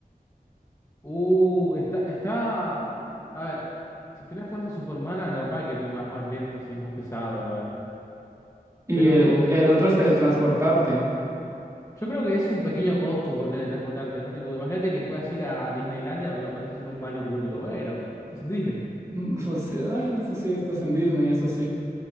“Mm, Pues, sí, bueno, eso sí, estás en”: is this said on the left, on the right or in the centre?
Right